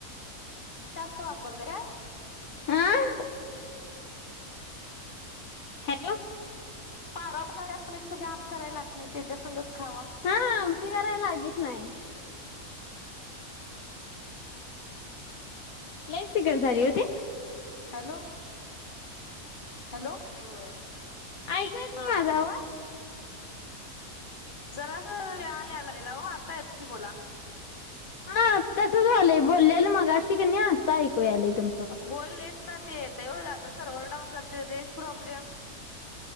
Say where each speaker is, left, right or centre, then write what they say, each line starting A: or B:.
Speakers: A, on the left; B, on the left.
A: जास्त वापरलं काय?
B: आह हॅलो
A: पारा मिक्स जाम करायला नाही तेच्यासंगच खावा.
B: हा आमची करायला लागेत नाही. लईच तिखट झाली होती.
A: हॅलो हॅलो काय होय
B: ऐकू येत नाही
A: हा
B: माझा
A: हा
B: आवाज
A: जरा अस
B: हां हा
A: झालेला आता येतो की बोला.
B: हा तसच झालंय बोललेलं मग अशी कणी आत्ता ऐकूया आलाय तुमचं
A: होय लेट ना ते येतय आता सर्व्हर डाऊन जते रेंज प्रॉब्लेम